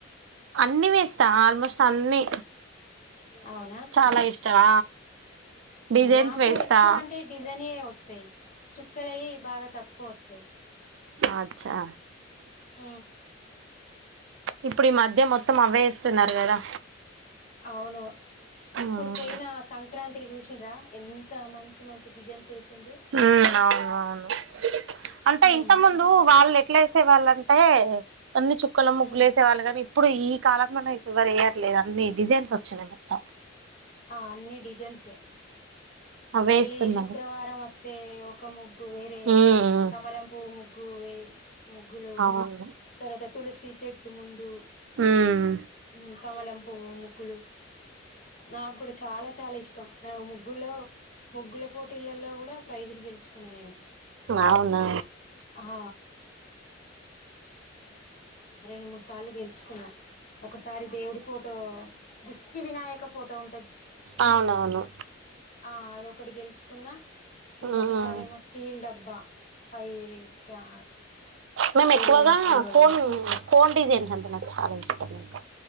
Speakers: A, on the right; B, on the left.
A: అన్ని వేస్తా ఆల్మోస్ట్ అన్ని
B: అవునా
A: చాలా ఇష్టమా డిజైన్స్
B: నాకు
A: వేస్తా
B: ఎక్కువ అంటే డిజైన్ ఏ వస్ వస్తాయి చుక్కలయి బాగా తక్కువ వస్తాయి
A: అచ్చా
B: ఊ
A: ఇప్పుడు ఈ మధ్య మొత్తం అవ్వే ఏస్తున్నారు కదా
B: అవును ఇప్పుడు
A: మ్మ్
B: పోయిన సంక క్రాంతికి చూసిండ్రా ఎంత మంచి మంచి డిజైన్స్ వేసిండ్రు
A: అవును అవును అంటే
B: ఉమ్
A: ఇంత ముందు వాళ్ళు ఏట్ ఎట్లా వేసేవాళ్ళంటే అన్ని చుక్కల ముగ్గులు
B: ఉమ్
A: ఏసే వాళ్ళు కాని ఇప్పుడు ఈ కాలంల నైతే ఎవరు వేయట్లేదు అన్ని డిజైన్స్ వచ్చినయి మొత్తం
B: ఆ అన్ని డిజైన్సే
A: అవే
B: మళ్ళీ
A: వేస్తున్నారు
B: శుక్రవారం వస్తే ఒక ముగ్గు వేరే
A: ఉమ్
B: కమలం పూ ముగ్గు గు వే ముగ్గులు
A: అవును
B: తర్వాత తులసి చెట్టు ముందు
A: ఉమ్
B: ఊ కమలం పూవు ముగ్గులు నాకు కూడా చాలా చాలా ఇష్టం నాకు ముగ్గుల్లో ముగ్గుల పోటీలల కూడా ప్రైజులు గెలుచు కున్న నేను
A: అవునా
B: అహ రెండు మూడు సార్లు గెలుచుకున్న ఒకసారి దేవుడి ఫోటో దిష్టి వినాయక ఫోటో ఉం
A: అవునవును
B: ఆ అదొకటి గెలుచుకున్నా ఇంకొకసారి
A: ఉమ్
B: ఏమో స్టీల్ డబ్బా ఫైలీ క్యా
A: మేమ్ ఎక్కువగా
B: ఐదు కిలోలది
A: కోన్ కోన్ డిజైన్స్ అంటే నాకు చాలా ఇష్టం ఇంకా